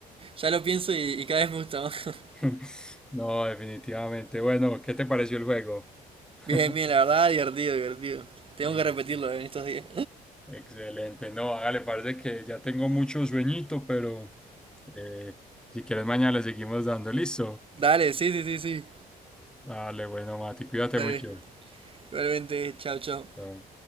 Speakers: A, on the right; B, in the centre.
A: Ya lo pienso y, y cada vez me gusta más. <laughs>
B: <laughs> No, definitivamente. Bueno, ¿qué te pareció el juego? <laughs>
A: Bien, bien, la verdad, divertido, divertido. Tengo
B: Listo.
A: que repetirlo en estos días.
B: Excelente. No, hágale, parece que ya tengo mucho sueñito, pero eh, si quieres mañana le seguimos dando. Listo.
A: <laughs> Dale, sí, sí, sí, sí.
B: Dale, bueno, Mati, cuídate
A: Dale.
B: mucho.
A: Igualmente, chao, chao.
B: Chao.